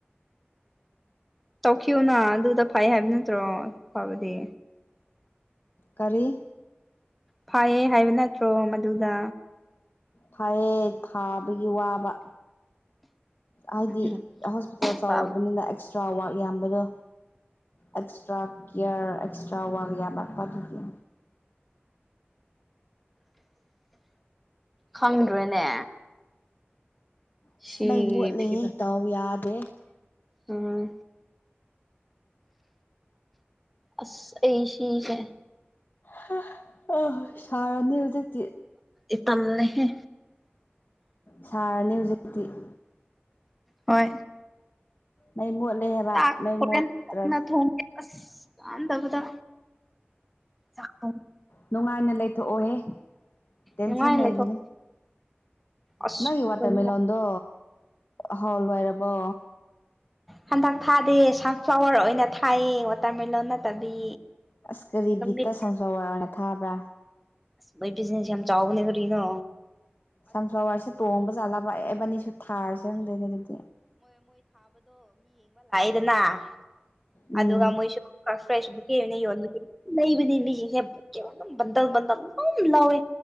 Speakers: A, in the centre; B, on the left (about 55°).
A: ꯇꯨꯈꯣꯅ ꯑꯗꯨꯗ ꯐꯩ ꯍꯥꯏꯕ ꯅꯠꯇ꯭ꯔꯣ ꯐꯕꯗꯤ
B: ꯀꯔꯤ
A: ꯐꯥꯌꯦ ꯍꯥꯏꯕ ꯅꯠꯇ꯭ꯔꯣ ꯃꯗꯨꯗ
B: ꯐꯌꯦ ꯐꯥꯕꯒꯤ ꯋꯥꯕ ꯍꯥꯏꯗꯤ
A: ꯎꯝ
B: ꯍꯣꯁꯄꯤꯇꯥꯜ ꯆꯥꯎꯔꯕꯅꯤꯅ
A: ꯐꯕ
B: ꯑꯦꯛꯁꯇ꯭ꯔꯥ ꯋꯔꯛ ꯌꯥꯝꯕꯗꯣ ꯑꯦꯛꯁꯇ꯭ꯔꯥ ꯀꯦꯌꯔ ꯑꯦꯛꯁꯇ꯭ꯔꯥ ꯋꯥꯔꯛ ꯌꯥꯃꯛꯄ ꯗꯨꯒꯤ
A: ꯈꯪꯗ꯭ꯔꯦꯅꯦ
B: ꯏꯁ
A: ꯁꯤꯒꯤ
B: ꯃꯩ ꯃꯣꯠꯂꯦꯍꯦ
A: ꯐꯤꯕ
B: ꯗꯥꯎ ꯌꯥꯗꯦ ꯇꯦ <unintelligible>
A: ꯎꯝ ꯑꯁ ꯑꯩꯁꯤꯁꯦ
B: ꯍꯥ ꯑ ꯁꯔꯥꯅꯤ ꯍꯧꯖꯤꯛ ꯇꯤ
A: ꯏ ꯇꯜꯂꯦꯍꯦ
B: ꯁꯥꯔꯅꯦ ꯍꯣꯖꯤꯛ ꯇꯤ <unintelligible>
A: ꯍꯣꯏ
B: ꯃꯩ ꯃꯨꯜ ꯂꯩꯍꯩꯕ
A: ꯆꯥꯛ
B: ꯃꯩ
A: ꯍꯣꯔꯦꯟ
B: ꯃꯣꯠ ꯇ꯭ꯔꯗꯤ
A: ꯀꯟꯅ ꯊꯣꯡꯒꯦ ꯑꯁ ꯀꯥꯟꯗꯕꯗ ꯆꯥꯛ ꯊꯣꯡ
B: ꯅꯨꯡꯉꯥꯏꯅ ꯂꯩꯊꯣꯛꯑꯣꯍꯦ ꯇꯦꯟꯁꯟꯂꯩꯒꯅꯨ
A: ꯅꯨꯡꯉꯥꯏ ꯂꯩꯊꯣꯛ ꯑꯁ
B: ꯅꯪꯒꯤ ꯋꯥꯇꯔ ꯃꯦꯂꯣꯟꯗꯣ ꯍꯥꯎ ꯂꯣꯏꯔꯕꯣ
A: ꯍꯟꯗꯛ ꯊꯥꯗꯦ ꯁꯟꯐ꯭ꯂꯥꯋꯔ ꯑꯣꯏꯅ ꯊꯥꯏꯌꯦ ꯋꯥꯇꯔꯃꯦꯂꯣꯟ ꯅꯠꯇꯕꯤ
B: ꯑꯁ ꯀꯔꯤ
A: ꯅꯨꯃꯤꯠ
B: ꯕꯤꯠꯇ ꯁꯥꯎꯁꯥꯎ ꯂꯥꯎꯅ ꯊꯥꯕ꯭ꯔꯥ
A: ꯃꯣꯏ ꯕꯤꯖꯤꯅꯦꯁ ꯌꯥꯝ ꯆꯥꯎꯕꯅꯦ ꯒꯔꯤꯅꯣ
B: ꯁꯟꯐ꯭ꯂꯥꯋꯔꯁꯦ ꯇꯣꯡꯕ ꯖꯥꯠꯂꯕ ꯑꯦꯕꯅꯤꯁꯨ ꯊꯥꯔꯤꯁꯦ ꯔꯪꯗꯩꯅꯦ ꯑꯗꯨꯝ ꯆ <inaudible>
A: ꯏꯗꯅꯥ <unintelligible>
B: ꯎꯝ
A: ꯑꯗꯨꯒ ꯃꯣꯏꯁꯨ ꯀꯥꯔ ꯐ꯭ꯔꯦꯁ ꯕꯨꯀꯦ ꯑꯣꯏꯅ ꯌꯣꯟꯕꯗ ꯃꯩ ꯑꯈꯣꯏꯗꯤ ꯃꯤꯒꯤ ꯍꯦꯝ ꯀꯦꯌꯧ ꯕꯟꯗꯧ ꯕꯟꯗꯝ ꯑꯗꯨꯝ ꯂꯧꯋꯦ